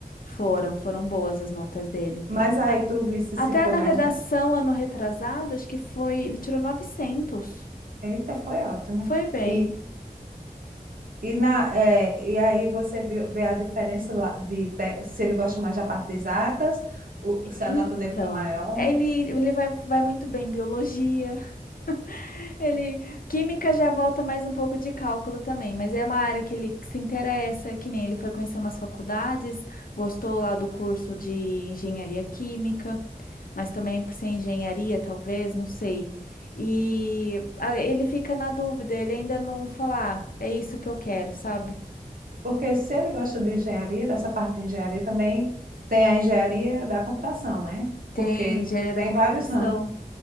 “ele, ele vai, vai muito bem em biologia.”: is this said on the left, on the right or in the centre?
Left